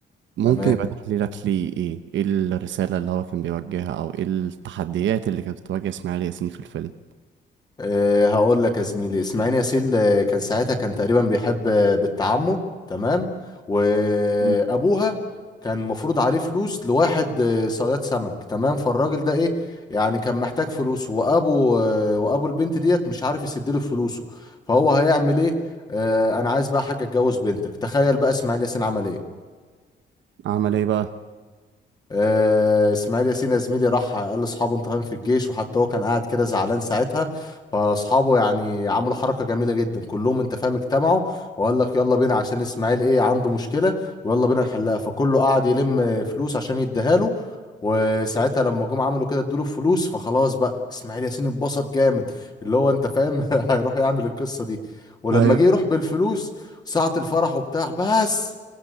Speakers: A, on the right; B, on the left.
A: ممكن
B: تمام
A: يبقى تحليلك ليه ايه ايه الرسالة اللي هو كان بيوجهها او ايه التحديات اللي كانت بتواجه اسماعيل ياسين في الفيلم
B: أه هقول لك يا زميلي اسماعيل ياسين آه، كان ساعتها كان تقريبا بيحب آه، بنت عمه تمام وابوها
A: مم.
B: كان مفروض عليه فلوس لواحد آه، صياد سمك تمام فالراجل ده ايه يعني كان محتاج فلوس وابو آه، وابو البنت ديت مش عارف يسدله فلوسه فهو هيعمل ايه أه انا عايز بقى حاجه اتجوز بنتك تخيل بقى اسماعيل ياسين عمل ايه
A: عمل ايه بقى
B: آه، اسماعيل ياسين يا زميلي راح قال لاصحابه انت فاهم في الجيش وحتى هو كان قاعد كده زعلان ساعتها فاصحابه يعني عملوا حركه جميله جدا كلهم انت فاهم اجتمعوا وقال لك يلا بينا عشان اسماعيل ايه عنده مشكله ويلا بينا نحلها فكله قعد يلم فلوس عشان يديها له وساعتها لما جم عملوا كده ادوا له فلوس فخلاص بقى اسماعيل ياسين اتبسط جامد اللي هو انت فاهم <laughs> هيروح يعمل القصه دي ولما
A: ايوه
B: جه يروح بالفلوس ساعه الفرح وبتاع بس